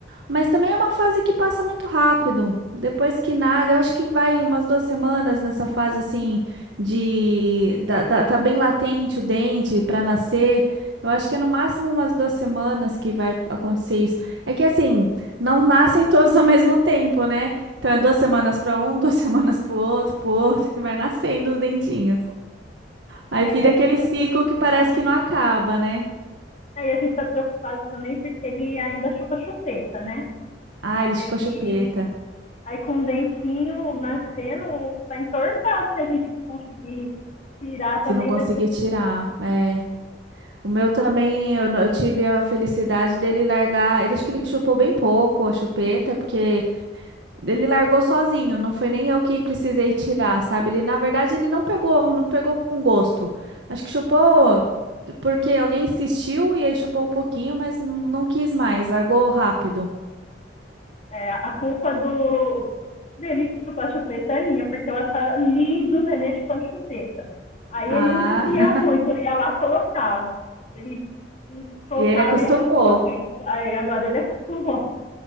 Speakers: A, on the right; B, on the left.
A: Mas também é uma fase que passa muito rápido. Depois que nasce, eu acho que vai umas duas semanas nessa fase assim de da- da- tá bem latente o dente para nascer. Eu acho que é no máximo umas duas semanas que vai acontecer isso. É que assim, não nascem <laughs> todos ao mesmo tempo, né? Então é duas semanas para um, <laughs> duas semanas para o outro, para o outro, que vai nascendo os dentinhos. Aí
B: É,
A: vira
B: e a
A: aquele
B: gente está
A: ciclo
B: preocupado.
A: que parece que não acaba, né?
B: Aí a gente está preocupado também porque ele ainda chupa chupeta, né?
A: Ah, ele chupa
B: Aí
A: a chupeta.
B: Aí com o dentinho nascendo, vai entortar. Se a gente conseguir tirar
A: Se
B: também,
A: não conseguir
B: vai ser
A: tirar,
B: bom, né?
A: é. O meu também, eu, não- eu tive a felicidade dele largar. Ele acho que ele chupou bem pouco a chupeta, porque ele largou sozinho, não foi nem eu que precisei tirar, sabe? Ele, na verdade, ele não pegou, não pegou com gosto. Acho que chupou porque alguém insistiu e aí chupou um pouquinho, mas não, não quis mais, largou rápido.
B: É, a culpa do dele chupar chupeta é minha, porque eu achava lindo o neném chupando chupeta. Aí
A: Ah,
B: ele não queria muito,
A: <laughs>
B: eu ia lá e colocava. Ele soltava
A: e ele acostumou,
B: e ia lá e colocava. Aí agora ele acostumou.